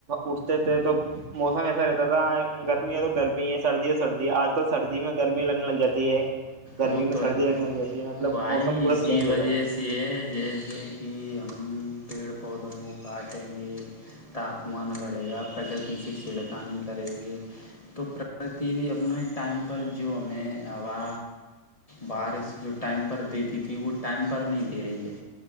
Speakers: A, on the right (about 65°); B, on the left (about 30°).
A: اٹھتے تھے تو موسم ایسا رہتا تھا گرمی ہے تو گرمی ہے سردی ہے سردی ہے آج کل سردی میں گرمی لگنے لگ جاتی ہے گرمی
B: وہ
A: میں
B: تو
A: سردی
B: ہے بھائی
A: رگنا بھی ہوتی ہے مطلب موسم
B: اسی
A: پورا چینج
B: وجہ
A: ہو گیا
B: سے جیسے کہ ہم پیڑ پود پودوں کو کاٹیں گے تاپمان بڑھے گا پرکرتی سے چھڑکانی کریں گے تو پرکرتی بھی اپنا ایک ٹائم پر جو ہمیں ہوا بارش جو ٹائم پر دیتی تھی وہ ٹائم پر نہیں دے رہی ہے